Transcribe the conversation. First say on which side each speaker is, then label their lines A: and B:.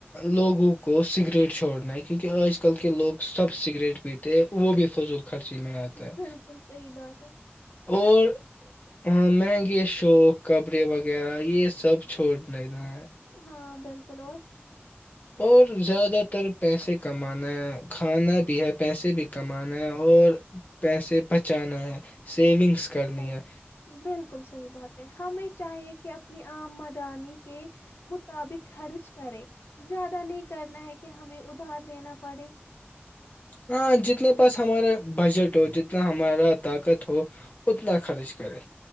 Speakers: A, on the left (about 40°); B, on the left (about 60°).
A: لوگوں کو سگریٹ چھوڑنا ہے کیونکہ آج کل کے لوگ سب سگریٹ پیتے وہ بھی فضول خرچی میں آتا ہے
B: بالکل صحیح بات ہے
A: اور ہاں م گ شوق کپرے وغیرہ یہ سب چھوڑ دا
B: ہاں کلور <unintelligible>
A: اور زیادہ تر پیسے کمانا ہے کھانا بھی ہے پیسے بھی کمانا ہے اور پیسے بچانا ہے سیونگس کرنی
B: بالکل
A: ہے
B: بالکل صحیح بات ہے ہمیں چاہیے کہ اپنی آمد انی کے مطابق خرچ کرے زیادہ نہیں کرنا ہے کہ ہمیں ادھار لینا پڑے
A: ہاں جتنے پاس ہمارا بجٹ ہو جتنا ہمارا طاقت ہو اتنا خرچ کرے